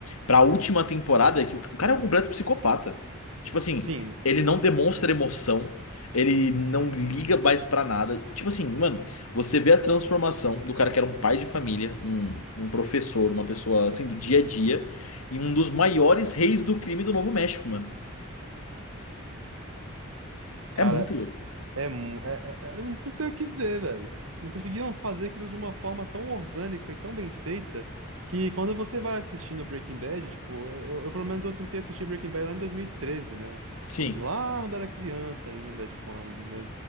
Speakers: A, on the left (about 85°); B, on the right (about 70°).
A: Pra última temporada, é que o cara é um completo psicopata. Tipo assim,
B: Sim,
A: ele não demonstra emoção, ele não liga mais pra nada. Tipo assim, mano, você vê a transformação do cara que era um pai de família, um, um professor, uma pessoa assim do dia a dia, em um dos maiores reis do crime do Novo México, mano.
B: cara,
A: É muito louco.
B: É, mu- é, é, é- eu não tenho o que dizer, velho. Eles conseguiram fazer aquilo de uma forma tão orgânica e tão bem feita que quando você vai assistindo Breaking Bad, tipo, eu, eu- eu, pelo menos eu tentei assistir Breaking Bad lá em 2013, né?
A: Sim.
B: Quando lá eu era criança ainda, tipo, uma-